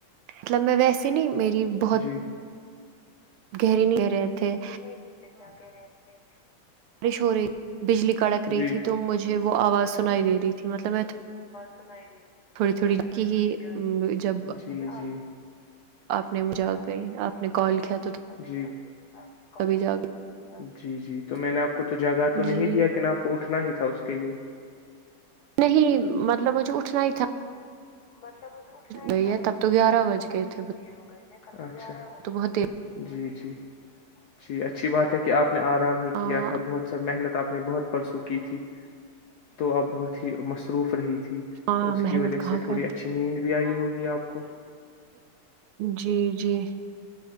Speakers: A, on the right; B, on the left.
A: مطلب میں ویسی نہیں میری بہت
B: جی
A: گہری نہیں کہ رہے تھے
B: نہیں تیک جاگ رہے تھے
A: بارش ہو رہی تھی بجلی کڑک رہی
B: جی
A: تھی تو مجھے وہ آواز سنائی دے رہی تھی مطلب میں
B: سل
A: تھوڑی تھوڑی
B: تھڑی
A: کی ہی
B: تھڑی جی
A: م، جب
B: ہ
A: آپ نے
B: جب
A: مجھے آ
B: آپ
A: گئی
B: نے مجھے
A: آپ کال کیا تو
B: یہ کیا ال
A: تبھی جاگ
B: جی جی تو میں نے آپ کو تو جگہ تو
A: جی
B: نہیں دیا کہ آپ کو اٹھنا ہی تھا اس کے لیے
A: نہیں مطلب مجھے اٹھنا ہی تھا
B: مطلب مجھے اٹھنا ہی
A: گئی
B: تھا
A: ہے
B: مجھے
A: تب تو گیارہ
B: پ
A: بج
B: تھا
A: گئے
B: کتنی
A: تھے
B: دیر ہو گئی ہےج
A: تو بہت دیر
B: ج ج جی اچھی بات ہے کہ آپ نے آرام ہی
A: ہاں
B: کیا تھا بہت سا محنت آپ نے بہت پرسوں کی تھی تو اب بہت ہی مصروف رہی ت تھی
A: ہاں
B: تو اس
A: محنت
B: کی وجہ
A: کہاں
B: سے تھوڑی
A: کرتے
B: اچھی نیند بھی آئی ہوگی ج آپ کو
A: جی جی